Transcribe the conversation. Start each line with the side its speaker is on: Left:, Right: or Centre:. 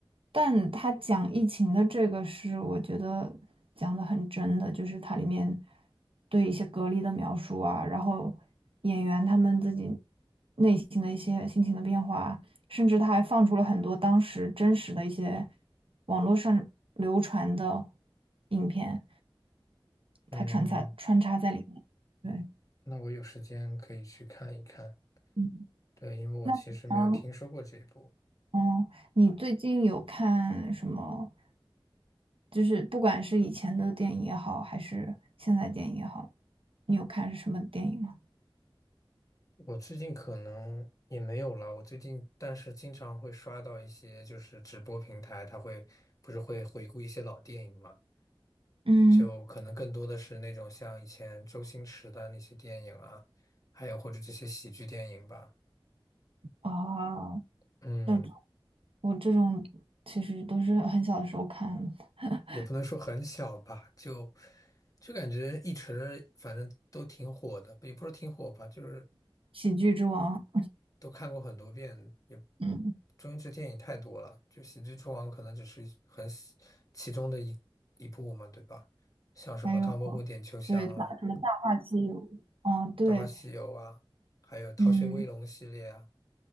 Right: 但它讲疫情的这个是我觉得讲的很真的，就是它里面对一些隔离的描述啊，然后演员他们自己内心的一些心情的变化，甚至他还放出了很多当时真实的一些网络上流传的影片，
Left: 嗯，
Right: 它穿插穿插在里面。对，
Left: 那我有时间可以去看一看。
Right: 嗯，
Left: 对，因为我其实没有听说过这一部，
Right: 那你呢？哦，你最近有看什么？就是不管是以前的电影也好，还是现在电影也好，你有看是什么电影吗？
Left: 我最近可能也没有了。我最近但是经常会刷到一些就是直播平台，它会不是会回顾一些老电影嘛，
Right: 嗯，
Left: 就可能更多的是那种像以前周星驰的那些电影啊，还有或者这些喜剧电影吧。
Right: 哦，
Left: 嗯，
Right: 这种我这种其实都是很小的时候看的《<laughs>
Left: 也不能说很小吧，就就感觉一直反正都挺火的，也不是挺火吧，就是。
Right: 喜剧之王》，
Left: 都看过很多遍，也
Right: 嗯，
Left: 周星驰电影太多了，就《喜剧之王》可能只是很喜其中的一一部嘛，对吧？像什么《唐伯虎点秋香》啊，
Right: 还有对大什么《大话西游》，哦，对，
Left: 《大话西游》啊，还有《逃学威龙》系列啊，
Right: 嗯